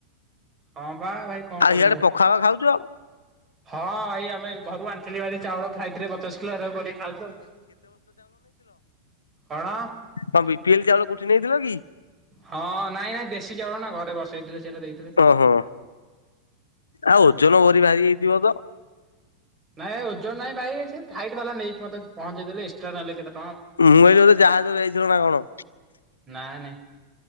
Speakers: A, on the right; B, on the left.
A: ହଁ ବା ଭାଇ କଣ
B: ଆଉ
A: କରିବୁ
B: ଇଆଡେ ପଖାଳ ଖାଉଛ ଆଉ
A: ହଁ ଭାଇ ଆମେ ଘରୁ ଆ ଥିଲି ଆଜି ଚାଉଳ ଫ୍ଲାଇଟିରେ ପଚାଶ କିଲୋ ହେରାକୁ କରିକି ଖାଉଚୁ ଆଉ। କଣ
B: କଣ ବିପିଏଲି ଚାଉଳ କୋଉଠି ନେଇଥିଲ କି?
A: ହଁ ନାଇଁ ନାଇଁ ଦେଶୀ ଚାଉଳ ନା ଘରେ ବସେଇଥିଲେ ସେଟା ଦେଇଥିଲେ।
B: ଓହୋ ଆଉ ଓଜନ ଭରି ଭାରି ବାହାରି ହେଇଥିବ ତ?
A: ନାଇଁ ଓଜନ ନାଇଁ ଭାଇ ସେ ନା ନା ଭାଇ ଓଜନାହିଁ ଭାଇ ଫ୍ଲାଇଟ୍ ବାଲା ନେଇକି ମତେ ପହଞ୍ଚେଇ ଦେଲେ ଏକ୍ସଟ୍ରା ନେଲେ କେତେଟ
B: ମୁଁ ଭାବିଲି ଗୋଟେ ଜାହାଜରେ ଯଇଥିଲ ନା କଣ?
A: ନାଇଁ ନାଇଁ